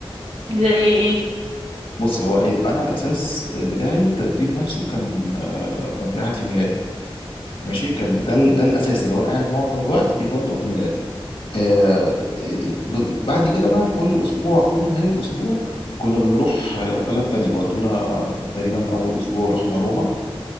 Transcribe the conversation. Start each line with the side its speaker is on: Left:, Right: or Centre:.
Right: ده ايه إيه،
Left: بص هو ال- انا الاساس بتاعي التدريب نفسه كان كنت قاعد في ميلانو ماشي كان ده ال- ده الاساس اللي هو قاعد معظم الوقت في فندق في ميلانو آه، ب- بعد كده بقى كل اسبوع كل نهايه اسبوع كنا بنروح آه، بلد تانية بودونا تقريبا اول اسبوع رحنا روما